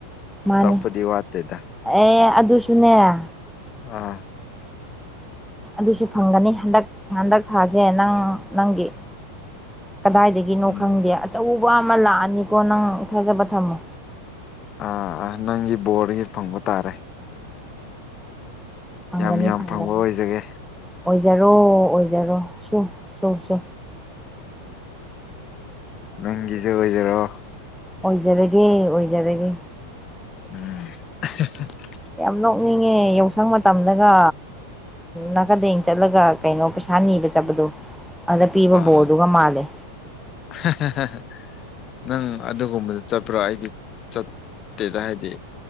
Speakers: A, in the centre; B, on the left.
A: ꯃꯥꯅꯤ
B: ꯇꯥꯛꯄꯗꯤ ꯋꯥꯠꯇꯦꯗ
A: ꯑꯦ ꯑꯗꯨ ꯑꯗꯨ ꯁꯨꯟꯅꯌꯥ
B: ꯑ
A: ꯑꯗꯨꯁꯨ ꯐꯪꯒꯅꯤ ꯍꯟꯗꯛ ꯍꯟꯗꯛ ꯊꯥꯁꯦ ꯅꯪ ꯅꯪꯒꯤ ꯀꯗꯥꯏꯗꯒꯤꯅꯣ
B: ꯎꯝ
A: ꯈꯪꯗꯦ ꯑꯆꯧꯕ ꯑꯃ ꯂꯥꯛꯑꯅꯤꯀꯣ ꯅꯪ ꯊꯥꯖꯕ ꯊꯝꯃꯣ
B: ꯑ ꯅꯪꯒꯤ ꯕꯣꯔꯗꯒꯤ ꯐꯪꯕ ꯇꯥꯔꯦ
A: ꯑꯥ ꯐꯪꯒꯅꯤ
B: ꯌꯥꯝ ꯌꯥꯝ
A: ꯐꯪꯒꯅꯤ
B: ꯐꯪꯕ ꯑꯣꯏꯖꯒꯦ
A: ꯑꯣꯏꯖꯔꯣ ꯑꯣꯏꯖꯔꯣ ꯁꯨ ꯁꯨ ꯁꯨ
B: ꯅꯪꯒꯤꯖꯨ ꯑꯣꯏꯖꯔꯣ
A: ꯑꯣꯏꯖꯔꯒꯦ ꯑꯣꯏꯖꯔꯒꯦ
B: ꯎꯝ <inaudible>
A: ꯌꯥꯝ ꯅꯣꯛꯅꯤꯡꯉꯦ ꯌꯥꯎꯁꯪ ꯃꯇꯝꯗꯒ ꯅꯥꯀꯟꯗꯦꯡ ꯆꯠꯂꯒ ꯀꯩꯅꯣ ꯄꯩꯁꯥ ꯅꯤꯕ ꯆꯠꯄꯗꯣ ꯑꯗ ꯄꯤꯕ
B: ꯑꯥ
A: ꯕꯣꯔꯗꯨꯒ ꯃꯥꯜꯂꯦ
B: <unintelligible> ꯅꯪ ꯑꯗꯨꯒꯨꯝꯕꯗ ꯆꯠꯄ꯭ꯔꯣ ꯑꯩꯗꯤ ꯆꯠꯇꯦꯗ ꯍꯥꯏꯗꯤ